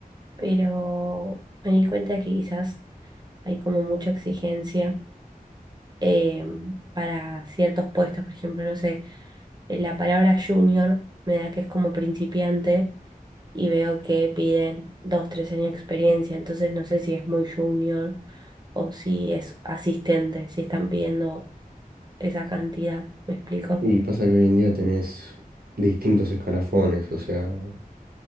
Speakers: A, on the right; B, on the right.
A: pero me di cuenta que quizás hay como mucha exigencia eh, para ciertos puestos, por ejemplo, no sé, eh, la palabra junior me da que es como principiante y veo que piden dos, tres años de experiencia, entonces no sé si es muy junior o si es asistente, si están pidiendo esa cantidad, ¿me explico?
B: Y pasa que hoy en día tenés distintos escalafones, o sea,